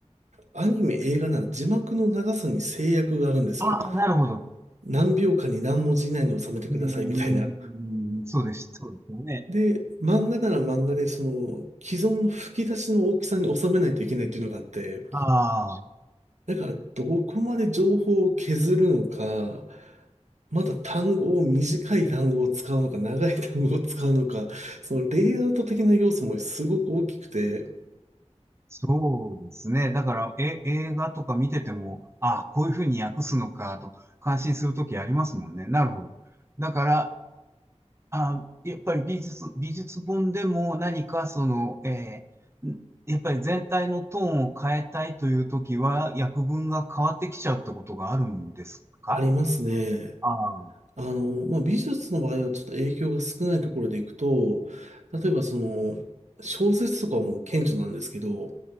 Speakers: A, on the right; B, on the right.
A: アニメ映画なら字幕の長さに制約があるんですよ。
B: ああ、なるほど。
A: 何秒間に何文字以内に収めてくださいみたいな。
B: うーん、そうです。そうですよね。
A: で、漫画なら漫画でその既存の吹き出しの大きさに収めないといけないっていうのがあって、
B: ああ、
A: だからどこまで情報を削るのか、まだ単語を短い単語を使うのか、長い単語を使うのか、そのレイアウト的な要素もすごく大きくて、
B: そうですね。だから、え、映画とか見てても、ああ、こういうふうに訳すのかと、感心するときありますもんね。なるほど。だから、ああ、やっぱり美術、美術本でも何かその、えーんやっぱり全体のトーンを変えたいというときは、訳文が変わってきちゃうってことがあるんですか
A: ありますね。
B: ああ、
A: あの、まあ、美術の場合はちょっと影響が少ないところでいくと、例えばその、小説とかも顕著なんですけど、